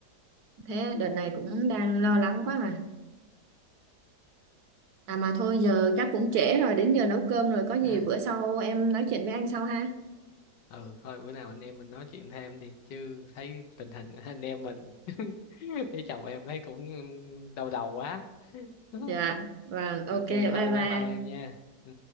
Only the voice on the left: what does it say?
à,
ừ thôi bữa nào anh em mình nói chuyện thêm đi chứ thấy tình hình <laughs> anh em mình <laughs> với chồng em thấy cũng đau đầu quá <laughs>
ok
thôi
bye bye em nha ừ